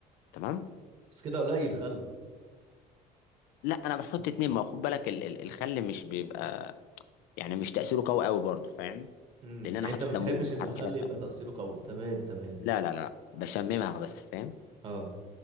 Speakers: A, on the left; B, on the right.
A: تمام
B: بس كده قليل الخل
A: لا انا بحط اتنين ما هو خد بالك ال- ال- الخل مش بيبقى يعني مش تاثيره قوي قوي برضه فاهم
B: امم
A: لان انا
B: يعني
A: حاطط
B: انت ما
A: ليمون
B: بتحبش
A: وحاطط
B: ان الخل
A: حاجات
B: يبقى
A: تانية
B: تأثيره قوي تمام تمام
A: لا لا لا بشممها بس فاهم
B: اه